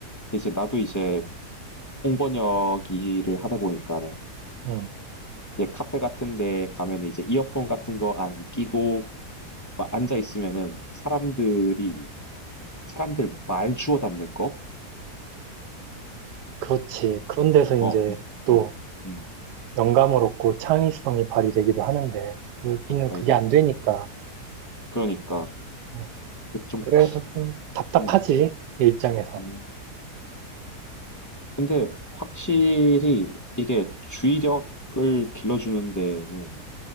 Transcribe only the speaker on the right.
음,
그렇지. 그런 데서 이제
또
영감을 얻고 창의성이 발휘되기도 하는데 여기는
그게
안 되니까
어,
그래서
좀 답답하지
내 입장에선